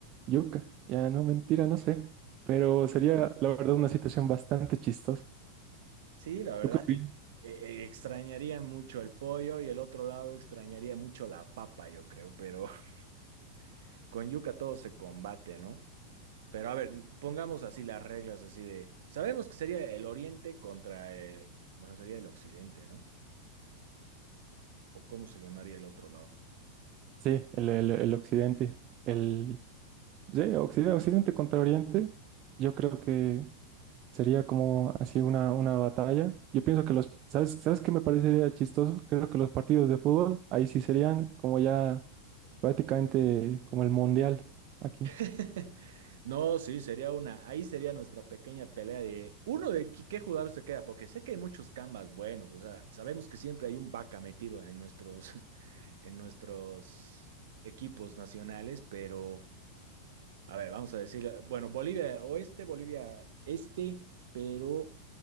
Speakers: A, on the right; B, on the right.
A: yuca, ya no, mentira, no sé. Pero sería, la verdad, una situación bastante chistosa.
B: Sí, la verdad,
A: ¿Tú qué opinas?
B: eh, eh, extrañaría mucho el pollo y el otro lado extrañaría mucho la papa, yo creo, pero <laughs> con yuca todo se combate, ¿no? Pero a ver, pongamos así las reglas, así de, sabemos que sería el oriente contra, eh, bueno, sería el occidente, ¿no? ¿O cómo se llamaría el otro lado?
A: Sí, el, el- el occidente, el, Sí, Occidente, Occidente contra Oriente, yo creo que sería como así una, una batalla. Yo pienso que los, ¿sabes, sabes qué me parecería chistoso? Creo que los partidos de fútbol ahí sí serían como ya prácticamente como el mundial aquí.
B: <laughs> No, sí, sería una. Ahí sería nuestra pequeña pelea de uno de qué qué jugador se queda, porque sé que hay muchos Canvas buenos, o sea, sabemos que siempre hay un vaca metido en nuestros, <laughs> en nuestros equipos nacionales, pero a ver, vamos a decir, bueno, Bolivia Oeste, Bolivia Este, pero